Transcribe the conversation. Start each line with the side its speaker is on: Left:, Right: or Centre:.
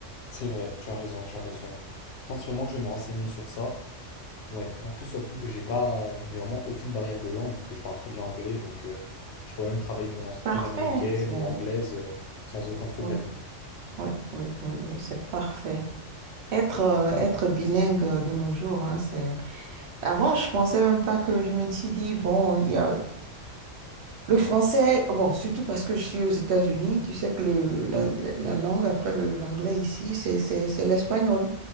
Left: C'est vrai, tu as raison, tu as raison. Je pense vraiment que je vais me renseigner sur ça. Ouais, en plus surtout que j'ai pas, j'ai vraiment aucune barrière de langue vu que je parle très bien anglais, donc euh, je pourrais même travailler pour une entreprise
Right: Parfait.
Left: américaine
Right: C'est-
Left: ou anglaise euh, sans aucun problème.
Right: Oui, oui, oui, oui, oui, c'est parfait. Être, euh, être bilingue euh, de nos jours, hein, c'est... Avant, je pensais même pas que je me suis dit, bon, il y a le français, bon, surtout parce que je suis aux États-Unis, tu sais que le, la, la langue après le, l'anglais ici, c'est, c'est, c'est l'espagnol.